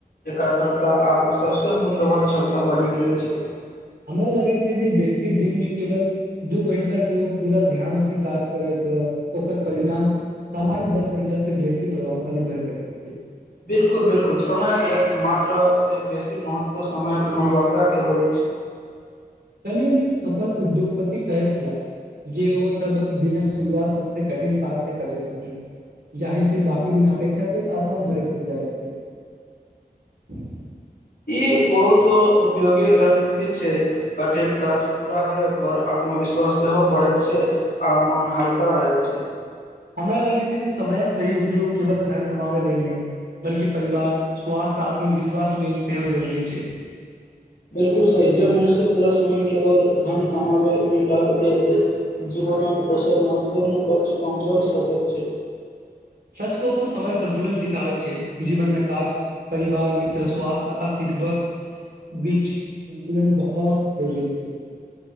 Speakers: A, on the left; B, on the right.
A: एकाग्रता आब सभसँ मूल्यवान क्षमता बनि गेल छै
B: हमरा लगैत छै जे व्यक्ति दिन मे केवल दू घण्टा से ओ पूरा ध्यान से काज करैत तऽ ओकर परिणाम सामान्य दस घण्टा से बेसी प्रभावशाली बढ़ि सकैत छै
A: बिलकुल बिलकुल समयक मात्रा से बेसी महत्व समयक गुणव ताके होइत छै
B: कल्हि हम एक सफल उद्योगपति कहैत छलाह जे ओ सब दिनक शुरुआत सभस कठिन काजसँ करैत छथिन जाहि से बाकी दिन अपेक्षाकृत आसान भरिसँ जाइत छै <inaudible>
A: ई बहुत उपयोगी रणनीति छै कठिन काज पूरा होय पर आत्मविश्वास सेहो बढ़ैत छै आ मोन हल्का रहैत छै
B: हमरा लगैत छै जे समयक सही उपयोग केवल धन कमाबै लेल नहि बल्कि परिवार स्वास्थ्य आत्मविश्वास लेल सेहो जरूरी छै
A: बिल्कुल सही जब मनुष्य पूरा समय केवल धन कमाबय मे लग देत जे मोनक दोसर महत्वपूर्ण पक्ष कमजोर सकैत छै
B: सच कहू तऽ समय सन्तुलन सिखाबे छै जीवन मे काज परिवार मित्र स्वास्थ्य आ सिखबक बीच संतुलन बहुत जरुरी छै